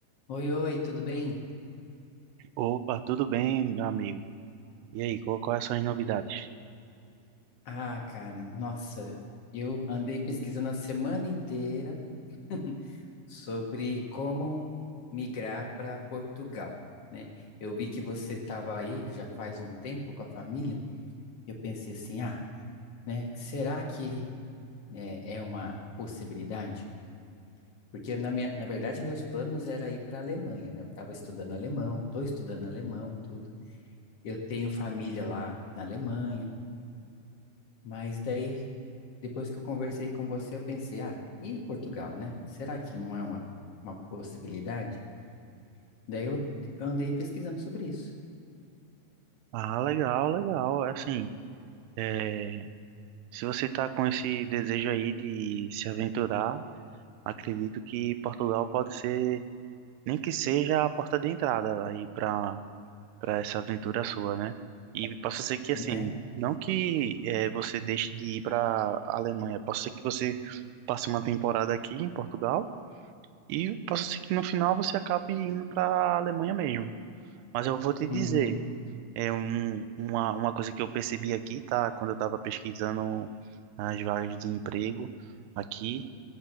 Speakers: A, on the left; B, on the right.
A: Oi, oi, tudo bem?
B: Opa, tudo bem, meu amigo? E aí, qual- quais são as novidades?
A: Ah, cara, nossa, eu andei pesquisando a semana inteira <laughs> sobre como migrar para Portugal, né? Eu vi que você estava aí já faz um tempo com a família. Eu pensei assim, ah, né? Será que é, é uma possibilidade? Porque na minha, na verdade meus planos era ir para a Alemanha, né? Eu estava estudando alemão, estou estudando alemão, tudo. Eu tenho família lá na Alemanha. Mas daí, depois que eu conversei com você, eu pensei, ah, e Portugal, né? Será que não é uma, uma possibilidade? Daí eu d- andei pesquisando sobre isso,
B: Ah, legal, legal. Assim, é, se você está com esse desejo aí de se aventurar, acredito que Portugal pode ser, nem que seja a porta de entrada aí para para essa aventura sua, né? E possa ser que, assim,
A: né?
B: não que é, você deixe de ir para Alemanha, possa ser que você passe uma temporada aqui em Portugal e possa ser que no final você acabe indo para Alemanha mesmo. Mas eu vou te dizer.
A: Uhum.
B: É um, uma, uma coisa que eu percebi aqui, tá? Quando eu estava pesquisando as vagas de emprego aqui,